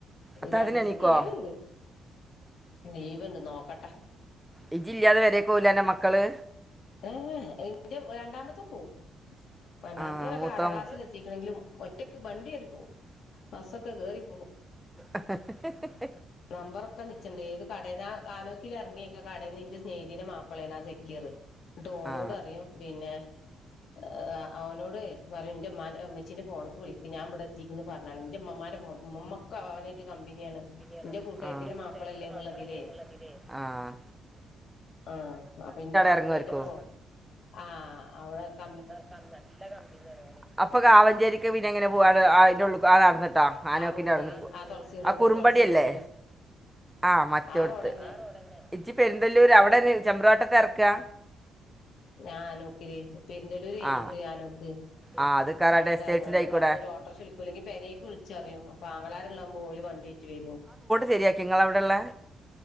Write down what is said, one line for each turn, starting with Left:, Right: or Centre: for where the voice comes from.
Centre: അത്ത
Left: രണ്ടീസം
Centre: അതിനെണീക്കോ
Left: ലീവുണ്ട്, ലീവ്ണ്ട്. നോക്കട്ടെ
Centre: ഇജ്ജ് ഇല്ലാതെ പെരേക്ക് പോകില്ലേ അൻ്റെ മക്കള്.
Left: ഏഹ്എന്റെ രണ്ടാമത്തെ പോകൂ രണ്ടാമത്തെവനൊക്കെ
Centre: ആ മൂത്ത
Left: ആറാം ക്ലാസ്സിൽ എത്തിക്കണെങ്കിലും, ഒറ്റക്ക് വണ്ടിയിൽ പോകവും ബസ്സൊക്കെ കേറി പോകും.
Centre: അ ഹി ഹി ഹ
Left: നമ്പറൊക്കെ നിശ്ച്ച്ചുണ്ട്. ഏത് കടേല ആനോക്കില ഇറങ്ങിയക്കെ <unintelligible> കടയന്ന് നിന്റെ സ്നേഹതീെ മാപ്പിളയാണ് ആ സെക്കയറ് ന്നിട്ടോനോട്
Centre: ആ
Left: പറയും പിന്നെ ആഹ് ഓനോട് പറയും ഇൻ്റെ ഇമ്മാൻ്റെ ഉമ്മച്ചീൻ്റെ ഫോണിലേക്ക് വിളിക്ക് ഞാൻ ഇവിടെ എത്തിക്കണ് പറഞ്ഞാളി ഇൻ്റെ ഇമ്മമ്മാൻ്റെ ഫോണ്ക്കും ഇമ്മമ്മ ക്കെ ഓനായിട്ട് കമ്പനിയാണ്
Centre: എൻ്റെ
Left: ഇന്റെ കൂട്ടുകാരത്തിന്റെ
Centre: കൂട്ടുകാരത്തിന്റെ
Left: മാപ്പളല്ലേ എന്നുള്ളതിലേ
Centre: മാപ്പളല്ലേ എന്നുള്ളതിൽ ആഹ്
Left: ആഹ് അപ്പൊ ഇന്റെ മാപ്പൾനെറ്റൊക്കൊ
Centre: ഇറങ്ങുമായിരിക്കും
Left: ആഹ് അവിടെക്ക
Centre: നല്ല കമ്പനിയാണ് അപ്പൊ കാവഞ്ചേരിക്ക് പിന്നെ എങ്ങനെ പോവാറ് അതിനുള്ളിക്കൂടെ കടന്നിട്ടാ ആനമുക്കിന്റെ
Left: ആ റോഡ്
Centre: അവിടന്ന്
Left: ആ തുളസി റോഡ്
Centre: ആഹ് കുറുമ്പടിയല്ലേ
Left: തുളസി റോഡ്
Centre: ആഹ് മറ്റോടുത്ത്
Left: ആ റോഡന്നെ
Centre: ഇച്ചി പെരുന്തല്ലൂര് അവിടെ ചെമ്പ്രുവട്ടത്ത് ഇറക്കാ
Left: ഞാൻ ആനമുക്കില് പെരുന്തല്ലൂര് കഴിഞ്ഞിട്ട്
Centre: ആ
Left: ആനമുക്ക്
Centre: ആ അത് കറ
Left: അവിടെണ്ട്റങ്ങും
Centre: ടെക്സ്റ്റൈൽസിൻ്റെ
Left: എന്നിട്ട്
Centre: ആയിക്കൂടെ
Left: ഒരു ഓട്ടോറിക്ഷ വിളിക്കും അല്ലങ്കിൽ പെരേക്ക് വിളിച്ചു പറയും അപ്പൊ ആങ്ങളാര് ഉള്ളമ്പോ ഓര് വണ്ടി ചേരോ
Centre: സെരിയാക്കിയോ നിങ്ങളുടെ അവിടെ ഉള്ളേ